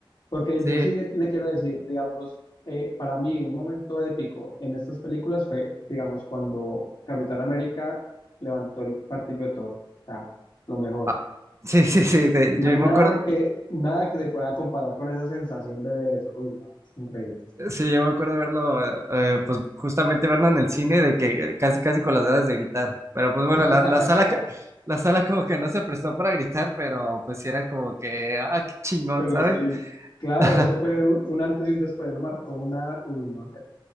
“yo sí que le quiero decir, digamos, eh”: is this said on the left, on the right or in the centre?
Left